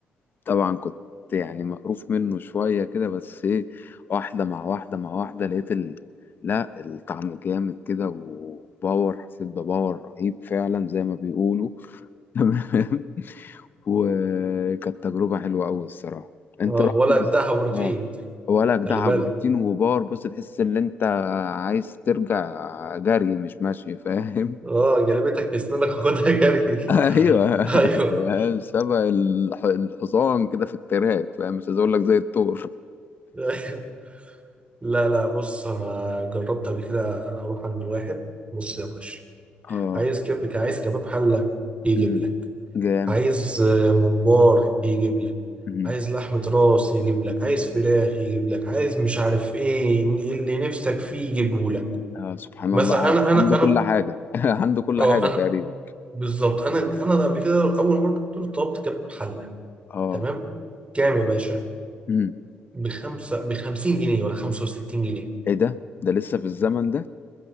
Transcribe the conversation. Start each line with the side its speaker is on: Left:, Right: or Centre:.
Left: طبعا كنت يعني مقروف منه شوية كده بس ايه واحدة مع واحدة مع واحدة لقيت ال... لا الطعم جامد كده وباور حسيت بباور رهيب فعلا زي ما بيقولوا <laughs> تمام وكانت تجربة حلوة أوي الصراحة انت
Right: اه
Left: رحت
Right: ولا اجدعها
Left: بس
Right: بروتين
Left: اه ولا جدع
Right: خلي بالك
Left: بروتين وباور بص تحس ان انت عايز ترجع جري مش ماشي فاهم
Right: اه جلبتك في اسنانك خدها جري
Left: <laughs> ايوه
Right: <laughs> ايوه
Left: فاهم سبق الح- الحصان كده في التراك فاهم مش عايز اقول لك زي الثور
Right: <laughs> لا لا بص انا جربت قبل كده اروح عند واحد بص يا باشا
Left: اه
Right: عايز كبك عايز كباب حله يجيب
Left: امم
Right: لك
Left: جامد
Right: عايز آه، ممبار يجيب لك
Left: امم
Right: عايز لحمة راس يجيب لك عايز فراخ يجيب لك عايز مش عارف ايه اللي نفسك فيه يجيبه لك
Left: آه سبحان
Right: مثلا
Left: الله ع-
Right: انا انا
Left: عنده
Right: انا
Left: كل حاجة <laughs> عنده كل
Right: اه
Left: حاجة
Right: انا
Left: تقريبا
Right: بالظبط انا انا قبل كده اول مرة كنت طلبت كباب حلة
Left: اه
Right: تمام كام يا باشا
Left: امم
Right: بخمسة بخمسين جنيه ولا خمسة وستين جنيه
Left: ايه ده ده لسه في الزمن ده